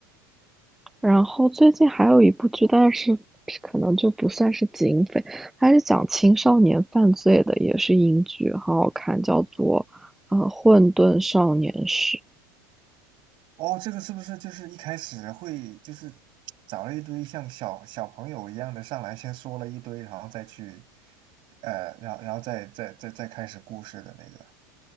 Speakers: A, in the centre; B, on the right.
A: 然后最近还有一部剧，但是可能就不算是警匪，它是讲青少年犯罪的，也是英剧，很好看，叫做呃《混沌少年史》。
B: 哦，这个是不是就是一开始会就是找了一堆像小小朋友一样的上来，先说了一堆，然后再去，呃，然后然后再再再再开始故事的那个？